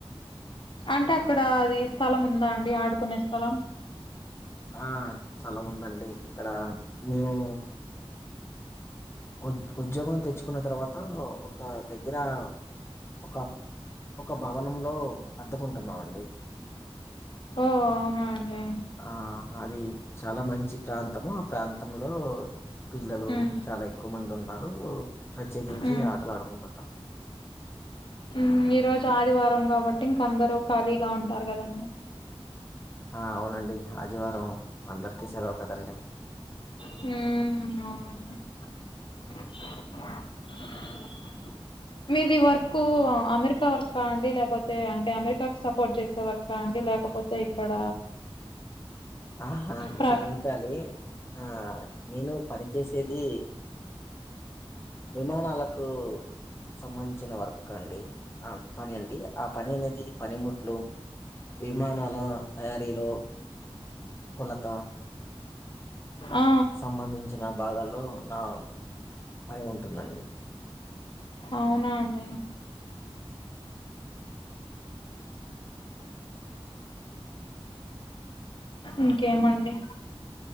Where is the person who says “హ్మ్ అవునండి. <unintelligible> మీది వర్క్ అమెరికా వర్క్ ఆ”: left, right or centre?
Left